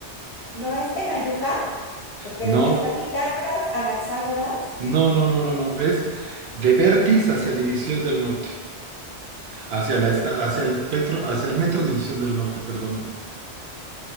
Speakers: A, on the left (about 60°); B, on the right (about 65°).
A: ¿No es Tenayuca? Porque
B: No,
A: está Pitágoras, Anaxágoras.
B: no, no, no, no, no. Es de Vertis hacia División del Norte. Hacia
A: De
B: la esta,
A: ver...
B: hacia el Petro, hacia el Metro División del Norte, perdóname.